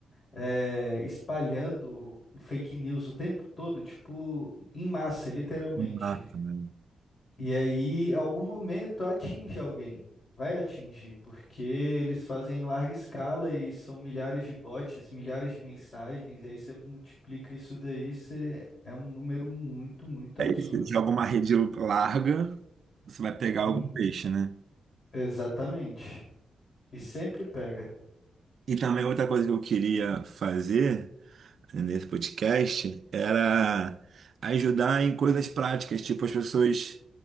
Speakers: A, on the left (about 45°); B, on the right (about 65°).
A: é, espalhando fake news o tempo todo, tipo, em massa, literalmente.
B: Exato, né?
A: E aí, em algum momento, atinge alguém. Vai atingir, porque eles fazem em larga escala e são milhares de bots, milhares de mensagens, e aí você multiplica isso daí, você... é um número muito, muito absurdo.
B: Você joga uma rede larga, você vai pegar algum
A: Uhum.
B: peixe, né?
A: Exatamente. E sempre pega.
B: E também outra coisa que eu queria fazer né, nesse podcast era ajudar em coisas práticas, tipo as pessoas